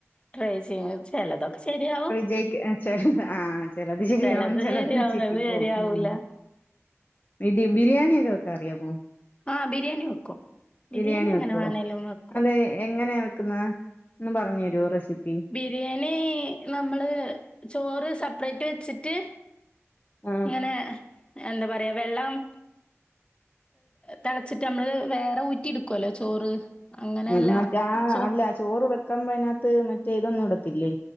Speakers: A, on the left; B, on the left.
A: ട്രൈ ചെയ ചിലതൊക്കെ ശെരിയാവുംോ
B: ജയി ചെറത് ആ് ചെറത് ചെയ്യാവ
A: ചെലത്
B: ചെിലത്ച്ചിരിക്ക
A: ശരിയാവും ഇത്
B: പോ
A: ശരിയാവൂല
B: ഉ ഇ ബിരിയാണി ഒക്കെ വെക്കാറിയാമോ
A: ആഹ് ബിരിയാണി വെക്കും
B: ബിരിയാണി
A: എങ്ങനെ
B: വെക്കുവോ
A: വേണേലും വെക്കും
B: അതെ എങ്ങനെ ുന്ന ഒന്ന് പറഞ്ഞു തരുമോ റെസിപ്പി
A: ബിരിയാണി നമ്മള് ചോറ് സെപ്പറേറ്റ് വെച്ചിട്ട്
B: ആഹ്
A: ഇങ്ങനെ എന്താ പറയാ വെള്ളം തിളച്ചിട്ട് നമ്മള് വേറെ ഊറ്റി എടുക്കുവല്ലോ ചോറ് അങ്ങനെയല്ല
B: ഉ മറ്റേ ആ
A: ചോ
B: അല്ല ചോറ് വെക്കാ്പോ അതിനകത്ത് മറ്റേ ഇതൊന്നും ഇടുത്തില്ലേ